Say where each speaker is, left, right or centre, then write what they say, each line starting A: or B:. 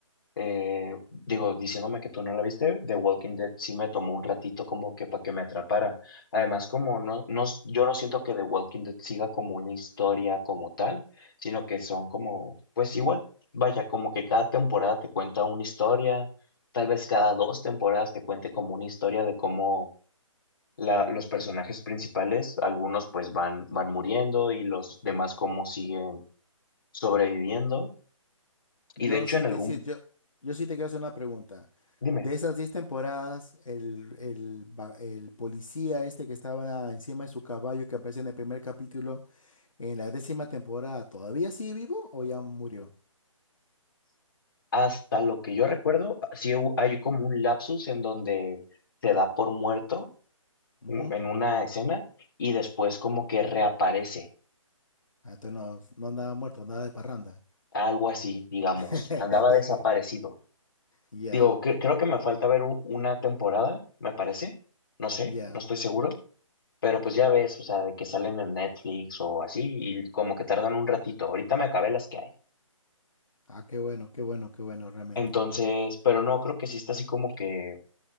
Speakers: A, on the left; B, on the left.
A: eh, digo, diciéndome que tú no la viste, The Walking Dead sí me tomó un ratito como que para que me atrapara. Además, como no, no, yo no siento que The Walking Dead siga como una historia como tal, sino que son como, pues igual, vaya, como que cada temporada te cuenta una historia, tal vez cada dos temporadas te cuente como una historia de cómo la, los personajes principales, algunos pues van, van muriendo y los demás cómo siguen sobreviviendo.
B: yo
A: Y de hecho
B: sí
A: en algún,
B: te, hice- yo, yo sí te quiero hacer una pregunta.
A: dime.
B: De esas 10 temporadas, el, el va- el policía este que estaba encima de su caballo que aparece en el primer capítulo, en la décima temporada, ¿todavía sigue vivo o ya murió?
A: Hasta lo que yo recuerdo, sí hu- hay como un lapsus en donde te da por muerto
B: Ujú.
A: u- en una escena y después como que reaparece,
B: Ah, entonces no, no andaba muerto, andaba de parranda.
A: algo así, digamos,
B: <laughs>
A: andaba desaparecido.
B: Ya,
A: Digo, que, creo que me falta ver u- una temporada, me parece, no sé,
B: ya.
A: no estoy seguro, pero pues ya ves, o sea, de que salen en Netflix o así y como que tardan un ratito, ahorita me acabé las que hay.
B: Ah, qué bueno, qué bueno, qué bueno, realmente.
A: Entonces, pero no, creo que sí está así como que